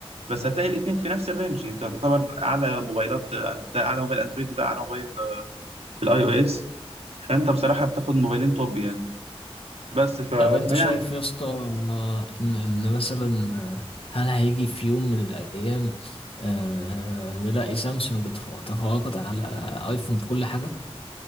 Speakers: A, on the right; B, on the left.
A: بس هتلاقي الاثنين في نفس الرينج انت تعتبر اعلى موبايلات ده اعلى موبايل اندرويد وده اعلى موبايل آه، في الاي او اس فانت بصراحه بتاخد موبايلين توب يعني بس ف... فيعني
B: طب انت شايف يا اسطى آه، ان ان مثلا آه، هل هيجي في يوم من الايام آه، نلاقي سامسونج تف- تفوقت على ايفون في كل حاجه